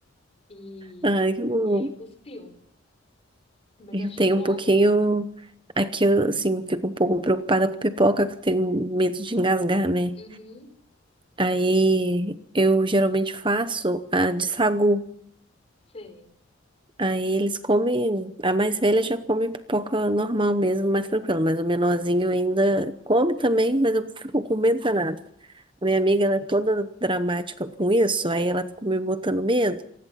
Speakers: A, on the left; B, on the right.
A: E,
B: Ai, que bom.
A: e ele cuspiu. Mas
B: Eu
A: eu achei
B: tenho
A: bom.
B: um pouquinho. Aqui eu, assim, fico um pouco preocupada com pipoca, que eu tenho medo de engasgar, né?
A: Uhum,
B: Aí eu geralmente faço a de sagu.
A: sei.
B: Aí eles comem, a mais velha já come pipoca normal mesmo, mais tranquila, mas o menorzinho ainda come também, mas eu fico com medo danado. A minha amiga, ela é toda dramática com isso, aí ela fica me botando medo,